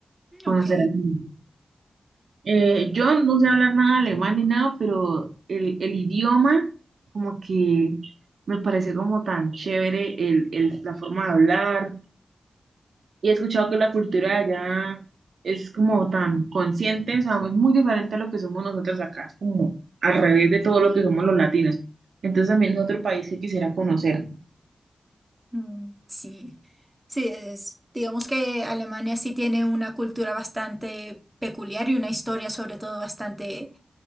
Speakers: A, on the right; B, on the right.
A: conocer
B: ok,
A: Alemania. Eh, yo no sé hablar nada alemán ni nada, pero el, el idioma como que me parece como tan chévere el, el- la forma de hablar. Y he escuchado que la cultura de allá es como tan consciente, o sea, es muy diferente a lo que somos nosotros acá, es como al revés de todo lo que somos los latinos. Entonces también es otro país que quisiera conocer.
B: Mm, sí, sí, es, digamos que Alemania sí tiene una cultura bastante peculiar y una historia sobre todo bastante